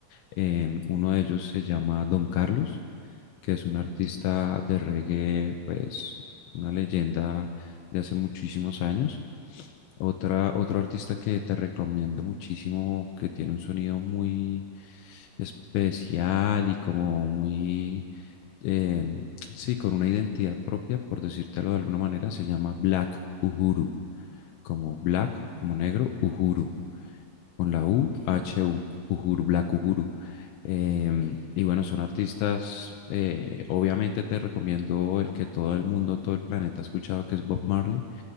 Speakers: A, on the left; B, on the left.
A: Em, uno de ellos se llama Don Carlos, que es un
B: Ujú,
A: artista de reggae, pues una leyenda de hace muchísimos años. Otra, otro artista que te recomiendo muchísimo, que tiene un sonido muy especial y como muy, eh, sí, con una identidad propia, por decírtelo de alguna manera, se llama Black Uhuru como Black,
B: ujú,
A: como negro, Uhuru,
B: sí,
A: con la U,
B: ok,
A: H, U, Uhuru, Black Uhuru. Em,
B: ok,
A: y bueno, son artistas, eh, obviamente te recomiendo el que todo el mundo, todo el planeta ha escuchado, que es Bob Marley,